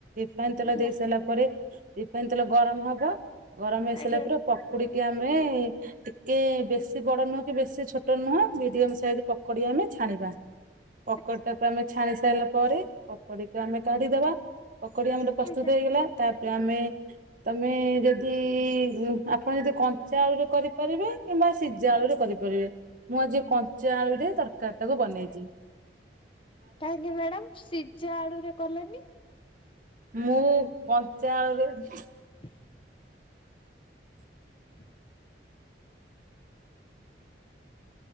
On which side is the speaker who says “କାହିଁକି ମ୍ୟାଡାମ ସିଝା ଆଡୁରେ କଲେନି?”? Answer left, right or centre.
Left